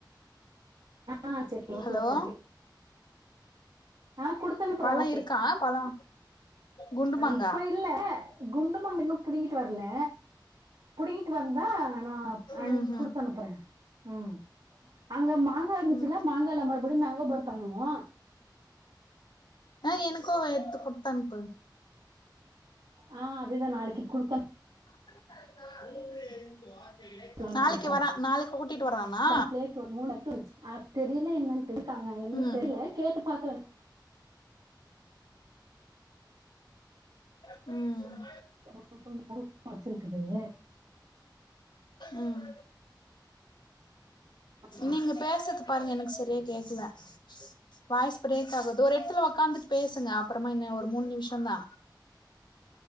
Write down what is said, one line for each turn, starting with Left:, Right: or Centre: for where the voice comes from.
Right: ஆ சரி ஓகே
Left: ஹலோ
Right: ஓகே ஆ குடுத்து அனுப்புறேன்
Left: பழாே
Right: ஓகே
Left: இருக்கா பழோ குண்டு மாங்கா
Right: இப்ப இல்ல குண்டுமாங்க இன்னும் புடிங்கிட்டு வரல புடிங்கிட்டு வந்தா நா அ
Left: ம்
Right: கொடுத்து அனுப்புறே ம் அங்க மா ங்கா இருந்துச்சின்னா
Left: ம்
Right: மாங்கால்ல மறுபடியு மேங்கோபார் பண்ணுவு வோ
Left: ஆ எனக்கும் வேர்த்து கொடுத்தனுப்பு
Right: ஆ அதுதா நாளைக்கி குடுக்க
Left: <inaudible>
Right: அனுப்பலான்
Left: நாளைக்கு
Right: இருக்கோ
Left: வரா நாளைக்கு கூட்டிட்டு வரானா
Right: <inaudible> தெரியில இன்னன் இருக்காங்க என்னனு
Left: ம்
Right: தெரியல கேட்டு பாத்த
Left: ம்
Right: <inaudible> வச்சிருக்குதுங்க
Left: ம்
Right: <inaudible>
Left: நீங்க பேசுறது பாருங்க எனக்கு சரியா கேக்கல வாய்ஸ் பிரேக் ஆகுது ஒரு எடத்துல ஒக்காந்துட்டு பேசுங்க அப்புறமா என்ன ஒரு மூணு நிமிஷம் தா